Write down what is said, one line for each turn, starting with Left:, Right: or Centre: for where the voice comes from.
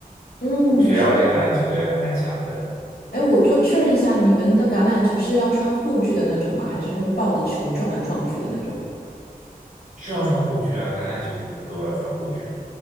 Left: 嗯，
Right: 我们学校那橄榄球队还蛮强的，
Left: 是的。哎，我就确认一下，你们的橄榄球是要穿护具的那种吗？还是说是抱着球撞来撞去的那种？
Right: 是要穿护具啊，橄榄球不是都要穿护具吗？